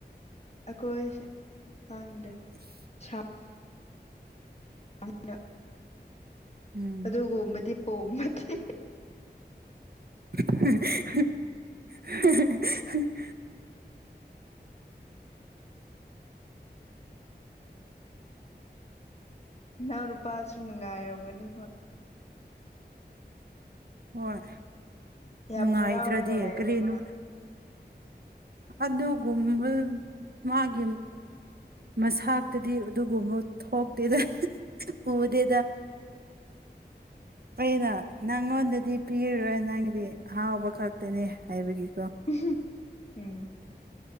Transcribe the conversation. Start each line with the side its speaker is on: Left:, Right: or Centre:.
Left: ꯑꯩꯈꯣꯏꯁꯨ ꯈꯪꯗꯦ
Right: <inaudible>
Left: ꯁꯥꯅ <inaudible>
Right: ꯎꯝ
Left: ꯑꯗꯨꯒꯨꯝꯕꯗꯤ ꯄꯣꯝꯕꯗꯤ
Right: <unintelligible>
Left: ꯅꯅꯥꯎ ꯅꯨꯄꯥꯁꯨ ꯅꯨꯡꯉꯥꯏꯔꯝꯒꯅꯤ
Right: ꯍꯣꯏ
Left: ꯌꯥꯝ
Right: ꯅꯨꯡꯉꯥꯏꯇ꯭ꯔꯗꯤ
Left: ꯍꯔꯥꯎꯔꯒ ꯂꯩꯕ꯭ꯔꯥ
Right: ꯀꯔꯤꯅꯣ
Left: ꯃꯥ
Right: ꯑꯗꯨꯒꯨꯝꯕꯥ ꯃꯥꯒꯤ ꯃꯁꯛꯇꯨꯗꯤ ꯑꯗꯨꯒꯨꯝꯕ ꯊꯣꯛꯇꯦꯗ ꯎꯗꯦꯗ ꯑꯩꯅ ꯅꯪꯉꯣꯟꯗꯗꯤ ꯄꯤꯔꯨꯔꯣꯏ ꯅꯪꯒꯤꯗꯤ ꯑꯍꯥꯎꯕ ꯈꯛꯇꯅꯦ ꯍꯥꯏꯕꯒꯤꯀꯣ
Left: <unintelligible> ꯎꯝ